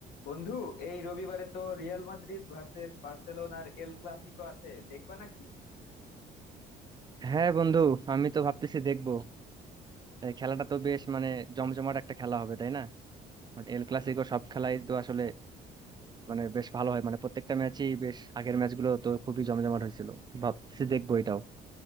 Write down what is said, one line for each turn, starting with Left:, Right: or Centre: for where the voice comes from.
Left: বন্ধু এই রবিবারে তো রিয়াল মাদ্রিদ ভার্সেস বার্সেলোনার এল ক্লাসিকো আছে দেখবা নাকি
Right: হ্যাঁ বন্ধু আমি তো ভাবতেছি দেখবো তাই খেলাটা তো বেশ মানে জমজমাট একটা খেলা হবে তাই না মানে এল ক্লাসিকো সব খেলাই তো আসলে মানে বেশ ভালো হয় মানে প্রত্যেকটা ম্যাচই বেশ আগের ম্যাচগুলো তো খুবই জমজমাট হয়েছিল তো ভাবতেছি দেখবো এটাও